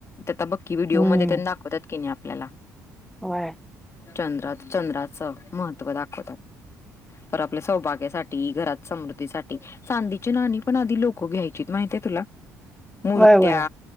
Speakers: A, on the left; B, in the centre.
A: आता बक्की व्हिडीओमध्ये
B: हम्म
A: त्यां दाखवत की नाही आपल्याला
B: होय
A: चंद्रात चंद्राचं महत्त्व दाखवतात तर आपल्या सौभाग्यासाठी घरात समृद्धीसाठी चांदीची नाणी पण आधी लोकं घ्यायची माहिती तुला मूर्त्या
B: होय होय